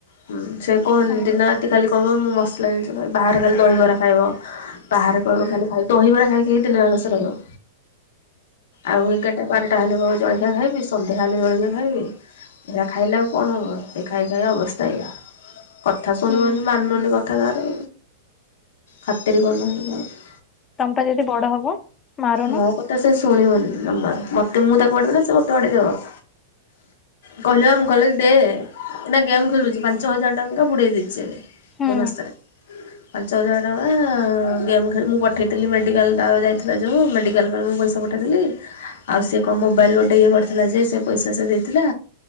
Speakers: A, on the left; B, on the left.
A: ହୁଁ, ସେ କହୁନ୍
B: ହଁ।
A: ଦିନ ରାତି ଖାଲି କହିବ, ମୁଁ ମସଲା ଜିନିଷ ଖାଇ, ବାହାରେ ଖାଲି ଦହିିବରା ଖାଇବ। ବାହାରେ କହିବ ଖାଲି ଖାଇ, ଦହିବାର ଖାଇ ଖାଇ ଦିନରାରସ ରହିବ। ଆଉ, ଏଗାରଟା ବାରଟା ହେଲେ କହିବ ଜଳଖିଆ ଖାଇବି। ସନ୍ଧ୍ୟା ହେଲେ ଜଳଖିଆ ଖାଇବି ଏରା ଖାଇଲେ ଆଉ କଣ ହେବ ସେଇ ଖାଇ ଖାଇ ଅବସ୍ଥା ଏୟା। କଥା ଶୁଣିବନି,
B: ହୁଁ
A: ମାନୁନି କଥା କାହାର। ଖାତିର କରୁ ନାହାଁନ୍ତି କାହାକୁ।
B: ତମ ପା ଦିଦି ବଡ ହବ? ମାରୁନ
A: ମୋ କଥା ସେ ଶୁଣିବନି ଜମା ମତେ ମୁଁ ତାକୁ ବାଡେଇବି ନା ସେ ମୋତେ ବାଡେଇଦବ। କହିଲେ ମୁଁ କହିଲେ କି ଦେ ନା ଗେମ୍ ଖେଳୁଛି ପାଞ୍ଚ ହଜାର ଟଙ୍କା ବୁଡେଇ ଦେଇଛି ଏବେ।
B: ହୁଁ
A: ଏ ମାସରେ ପାଞ୍ଚ ହଜାର ଟଙ୍କା ଗେମ୍ ଖେ ମୁଁ ପଠେଇଥିଲି ମେଡିକାଲ ଟା ଯାଇ ଥିଲା ଯେଉଁ ମେଡ଼ିକାଲ ଯୋଉ ମେଡିକାଲ ପାଇଁ ମୁଁ ପଇସା ପଠେଇଥିଲେ। ଆଉ ସେକଣ ମୋବାଇଲ ଗୋଟେ ଇଏ କରିଥିଲା ଯେ ସେପଇସା ସରି ଯାଇଥିଲା।